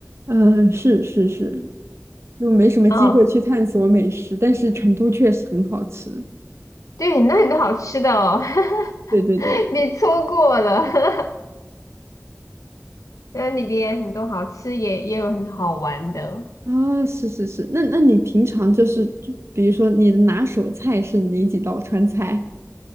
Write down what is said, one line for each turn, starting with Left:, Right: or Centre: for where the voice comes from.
Right: 嗯，是是是，就没什么机会去探索美食，
Left: 哦。
Right: 但是成都确实很好吃。
Left: 对，那很多好吃的哦，<laughs>
Right: 对对对，
Left: 你错过了，<laughs> 那里边很多好吃也也有很多好玩的，
Right: 啊，是是是，那那你平常就是，就比如说你的拿手菜是哪几道川菜？